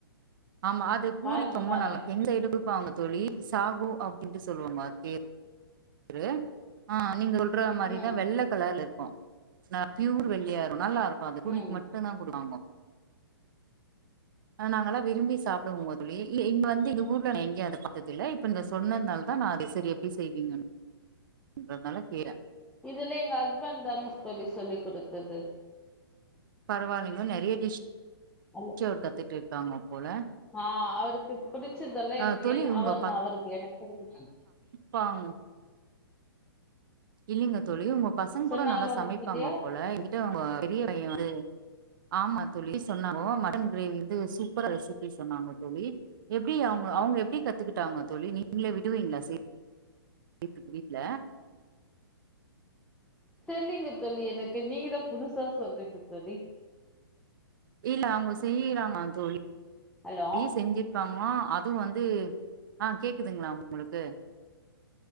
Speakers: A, on the right; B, in the centre.
A: ஆமா அது பூரிக்கு
B: பாருங்க
A: ரொம்ப
B: பாருங்க
A: நல்லா எந்த <unintelligible> இருப்பாங்க தோழி சாகு அப்டின்ட்டு சொல்லுவாங்க அது பேர் இரு ஆ நீங்க சொல்ற மாரிதா
B: ம்
A: வெள்ள கலர்ல இருக் கு நா ப்யூர் வெள்ளியாயிரு நல்லா இருக்கு அது பூரிக்கு
B: ம்
A: மட்டுந்தா குடுவாங்கோ அ நாங்கெல்லா விரும்பி சாப்டுவோங்க தோழி இல்ல இங்க வந்து இந்த ஊர்ல நா எங்கியு அத பாத்ததில்ல இப்ப இந்த சொன்னதுனாலதா நா அத செரி எப்டி செய்வீங்கன்னு ன்றதுனால கீர
B: இதெல்லா எங்க ஹஸ்பண்ட் தா மிஸ் தோழி சொல்லி் கொடுத்தது
A: பரவாலிங்கோ நெறைய டிஷ்
B: அல்ல
A: க்கே அவரு கத்துட்டிருக்காங்க போல
B: அ அவருக்கு பிடிச்சதெல்லா எனக்கு
A: ஆ தோழி
B: என்
A: உங்க
B: அவர்னா அவருக்கு எனக்கு சரி புர்சன்
A: பாங் இல்லிங்க தோழி உங்க பசங்க
B: சொன்னாங்களா
A: கூட நல்லா
B: உங்ககிட்டயா
A: சமைப்பாங்க போல எங்கிட்ட உங்க பெரிய பைய வந்து ஆமா தோழி சொன்னாங்கோ மட்டன் கிரேவி வந்து சூப்பரா ரெசிபி சொன்னாங்கோ தோழி எப்டி அவுங்க அவுங்க எப்டி கத்துக்கிட்டாங்க தோழி நீங்களே விடுவீங்களா செய் வீட்டுக்கு வீட்ல
B: தெர்லிங்க தோழி எனக்கு நீங்க தா புதுசா சொல்றீங்க தோழி
A: இல்ல அவுங்க செய்யீறாங்களா தோழி
B: ஹலோ
A: ழி செஞ்சிட் காங்களா அதும் வந்து அ கேக்குதுங்களா உங்களுக்கு